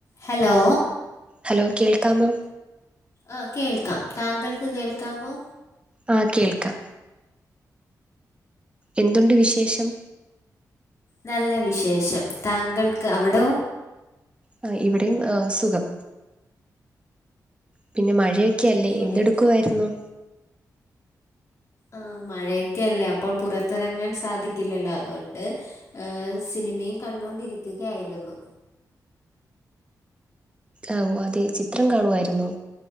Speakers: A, on the left (about 45°); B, on the right (about 15°).
A: Hello
B: hello കേൾക്കാമോ
A: ആഹ് കേൾക്കാം താങ്കൾക്ക് കേൾക്കാമോ?
B: ആഹ് കേൾക്കാം. എന്തുണ്ട് വിശേഷം?
A: നല്ല വിശേഷം താങ്കൾക്ക് അവിടോ?
B: ആഹ് ഇവിടെയും സുഖം. പിന്നെ മഴയൊക്കെയല്ലേ,
A: ഇവിടെയും
B: എന്തെടുക്കുവായിരുന്നു?
A: സുഖം ആഹ് മഴയൊക്കെല്ലേ അപ്പോൾ പുറത്തിറങ്ങാൻ സാധിക്കില്ലല്ലോ അതുകൊണ്ട്. ഏഹ് സിനിമയും കണ്ടുകൊണ്ടിരിക്കുകയായിരുന്നു.
B: ആഹ് അതെ ചിത്രം കാണുവായിരുന്നു.